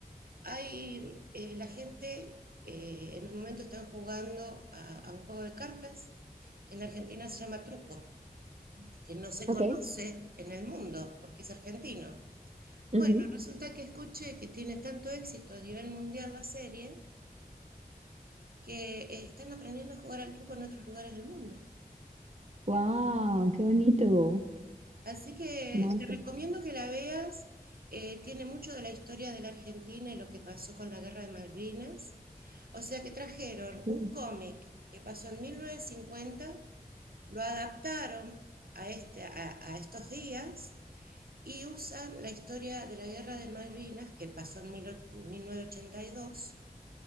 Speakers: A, on the right; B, on the right.
A: Hay eh, la gente, eh, en un momento están jugando a, a un juego de cartas, que en Argentina se llama truco que no se
B: ok.
A: conoce en el mundo, porque es argentino. Bueno,
B: ujú.
A: resulta que escuché que tiene tanto éxito a nivel mundial la serie que eh, están aprendiendo a jugar al truco en otros lugares del mundo.
B: Wow, qué bonito.
A: Así que
B: No,
A: te recomiendo
B: pues
A: que la veas. eh, tiene mucho de la historia de la Argentina y lo que pasó con la Guerra de Malvinas. O sea que trajeron
B: sí.
A: un cómic que pasó en 1950, lo adaptaron a, este, a a estos días y usan la historia de la Guerra de Malvinas, que pasó en mil novecientos ochenta y dos